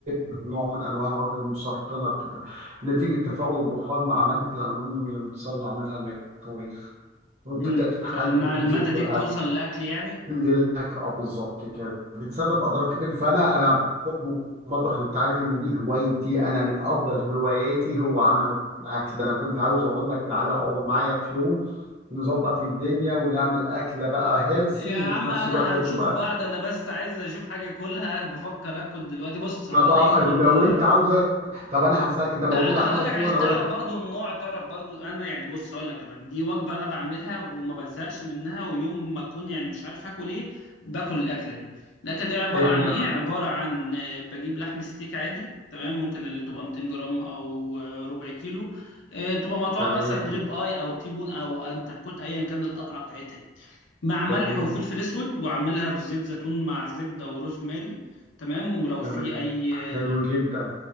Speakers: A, on the right; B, on the left.
A: نوع من انواع المواد المسرطنه بتت... نتيجه تفاعل البخار مع ماده الالومنيوم اللي متصنع منها الميكرويف وبتبدا
B: مم.
A: تتحلل
B: فالماده
A: وتنزل في
B: دي
A: الاكل
B: بتوصل للاكل يعني
A: للاكل اه بالظبط كده بتسبب اضرار كتير فانا انا بحكم المطبخ انت عارف ان دي هوايتي انا من افضل هواياتي هو عمل الاكل ده انا كنت عاوز اقول لك تعالى اقعد معايا في يوم نظبط الدنيا ونعمل اكله بقى هيلسي
B: يا عم
A: وفي نفس
B: انا
A: الوقت
B: هنشوف
A: تبقى
B: بعض انا بس عايز اشوف حاجه اكلها بفكر اكل دلوقتي بص هو
A: طب
B: انا يوم ما
A: لو
B: ابقى
A: انت عاوزه طب انا هسالك انت
B: لا
A: موجوده
B: انا
A: عندك
B: هقول لك عشان
A: ايه وانا
B: تعرف
A: اقول لك
B: برضو النوع تعرف برضو انا يعني بص هقول لك انا دي وجبه انا بعملها وما بزهقش منها ويوم ما اكون يعني مش عارف هاكل ايه باكل الاكله دي الاكله دي عباره
A: ايه هي
B: عن ايه
A: بقى
B: عباره عن آه، بجيب لحم ستيك عادي تمام ممكن اللي تبقى 200 جرام او آه، ربع كيلو آه، تبقى مقطوعه
A: تمام
B: مثلا ريب اي او تيبون او انتركوت ايا كان القطعه بتاعتها يعني مع ملح
A: تمام
B: وفلفل اسود واعملها في زيت زيتون مع زبده وروز ماري تمام ولو
A: تمام
B: في اي آه،
A: حلو جدا